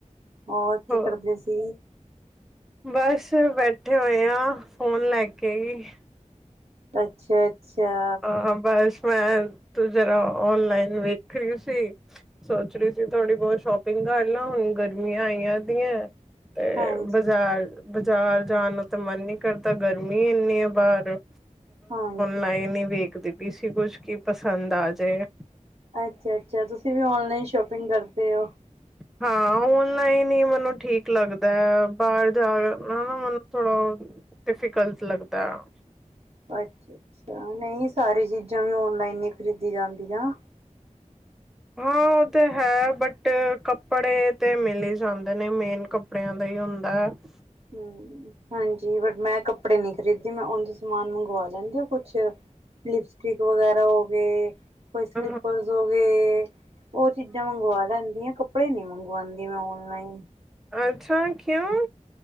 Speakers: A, on the right; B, in the centre.
A: ਹੋਰ ਕੀ
B: ਹੋ
A: ਕਰਦੇ ਸੀ।
B: ਬਸ ਬੈਠੇ ਹੋਏ ਹਾਂ ਫੋਨ ਲੈ ਕੇ ਹੀ।
A: ਅੱਛਾ-ਅੱਛਾ,
B: ਹਾਂ ਬੱਸ ਮੈਂ ਤੂੰ ਜਰਾ ਓਨਲਾਈਨ ਵੇਖ ਰਹੀ ਸੀ ਸੋਚ ਰਹੀ ਸੀ ਥੋੜੀ ਬਹੁਤ ਸ਼ੋਪਿੰਗ ਗੱਲ ਆ ਹੁਣ ਗਰਮੀਆਂ ਆਈਆਂ ਦੀਆਂ ਤੇ
A: ਹਾਂਜੀ-ਹਾਂਜੀ।
B: ਬਾਜ਼ਾਰ ਬਜ਼ਾਰ ਜਾਣ ਤਾਂ ਮਨ ਨਹੀਂ ਕਰਦਾ ਗਰਮੀ ਇੰਨੀ ਆ ਬਾਹਰ
A: ਹਾਂ
B: ਲਾਈਨ ਹੀ ਵੇਖਦੀ ਪਈ ਸੀ ਕੁਛ ਕੀ ਪਸੰਦ ਆ ਜਾਏ
A: ਅੱਛਾ ਅੱਛਾ ਤੁਸੀਂ ਵੀ ਓਨਲਾਈਨ ਸ਼ੋਪਿੰਗ ਕਰਦੇ ਹੋ।
B: ਹਾਂ ਔਨਲਾਈਨ ਹੀ ਮੈਨੂੰ ਠੀਕ ਲੱਗਦਾ ਹੈ ਬਾਹਰ ਜਾ ਕੇ ਹਨਾ ਮੈਨੂੰ ਥੋੜ੍ਹਾ ਡਿਫੀਕਲਟ ਲੱਗਦਾ ਆ।
A: ਅੱਛਾ ਅੱਛਾ ਨਹੀਂ ਸਾਰੀ ਚੀਜ਼ਾਂ ਵੀ ਓਨਲਾਈਨ ਹੀ ਖ਼ਰੀਦੀ ਜਾਂਦੀਆਂ।
B: ਹਾਂ ਉਹ ਤੇ ਹੈ ਬਟ ਕੱਪੜੇ ਤੇ ਮਿਲ ਹੀ ਜਾਂਦੇ ਨੇ ਮੇਨ ਕੱਪੜਿਆਂ ਦਾ ਹੀ ਹੁੰਦਾ ਹੈ। <inaudible>
A: ਹੂੰ ਹਾਂਜੀ ਬਟ ਮੈਂ ਕੱਪੜੇ ਨੀ ਖਰੀਦੀ ਮੈਂ ਉਝ ਈ ਸਮਾਨ ਮੰਗਵਾ ਲੈਂਦੀ ਆ ਕੁਛ। ਲਿਪਸਟਿਕ ਵਗੈਰਾ ਉਹ ਕੋਈ ਸਲੀਪਰਸ
B: ਅ
A: ਹੋ ਗਏ। ਉਹ ਚੀਜ਼ਾਂ ਮੰਗਵਾ ਲੈਂਦੀ ਆ। ਕੱਪੜੇ ਨੀ ਮੰਗਵਾਉਂਦੀ ਮੈਂ ਔਨਲਾਈਨ।
B: ਅੱਛਾ ਕਿਉ?